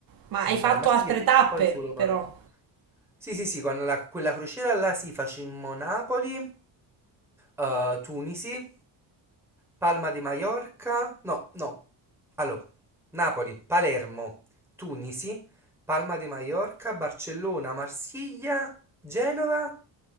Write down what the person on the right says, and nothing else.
Ma hai
fatto
altre
tappe,
però.